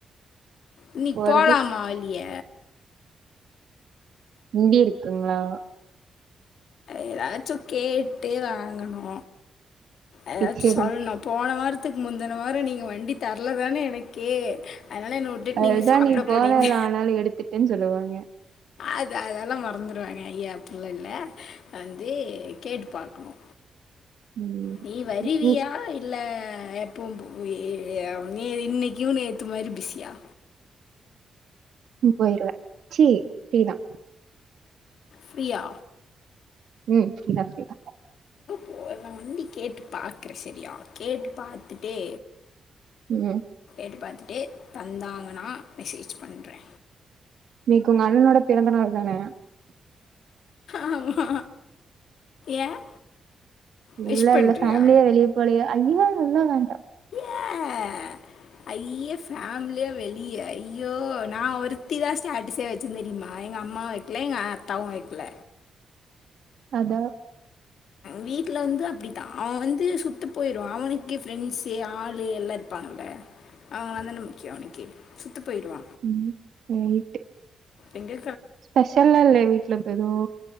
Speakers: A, on the left (about 75°); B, on the right (about 75°).
A: இன்னிக்
B: போறது
A: போலாமா வெளிய
B: இங்கியே இருக்குங்களா
A: ஏதாச்சு கேட்டு வாங்கனு ஏதாச்சும்
B: பிச்சடி
A: சொல்லணு போன வார த்துக்கு முந்தின வாரோ நீங்க வண்டி தரலதான எனக்கு அதனால் என்னை விட்டுட்டு
B: அதுதா
A: நீங்கள் சாப்பிட
B: நீ போனல
A: போனீங்க
B: ஆனாலு எடுத்துட்ன்னு சொல்லுவாங்க
A: அது அதெல்லா மறந்துருவாங்க அய்யே அப்புள்ள இல்ல வந்து கேட்டு பாக்கணு
B: ம்
A: நீ வரிவியா
B: ம்
A: இல்ல அ எப்போ புவீ நீ இன்னைக்கு நேத்து மாரி பிஸியா
B: ம் போயிருவே சி இப்டிதா
A: ஃபிரியா
B: உம் ஃப்ரீ தா ஃப்ரீ தா
A: போல்லான்டி கேட்டு பாக்குறே செரியா கேட்டு பாத்துட்டே
B: உம்
A: கேட்டு பாத்துட்டு தந்தாங்கன்னா மெசேஜ் பண்றே
B: இன்னைக்கு உங்க அண்ணனோட பிறந்த நாள் தானே
A: ஆமா ஏன்
B: இல்ல
A: விஷ் பண்றியா
B: இல்ல ஃபேமிலியா வெளிய போலியா அய்யே அதெல்லா வேண்டா
A: ஆ அய்யே ஃபேமிலியா வெளிய ஐயோ நா ஒருத்திதா ஸ்டாட்டஸே வச்சேன் தெரியுமா எங்க அம்மா வெக்கல எங்க ஆத்தாவு வெக்கல
B: அதா
A: வீட்டுல வந்து அப்படித்தா அவ வந்து சுத் த்த போயிடு அவனுக்கு ஃப்ரெண்ட்ஸு ஆளு எல்லா இருப்பாங்கல்ல அவங்க தானே முக்கிய அவனுக்கு சுத்த போயிடுவா
B: உம் போயிட்டு
A: எங்க
B: ஸ்பெஷல்லா இல்லயா வீட்ல இப்ப எதுவு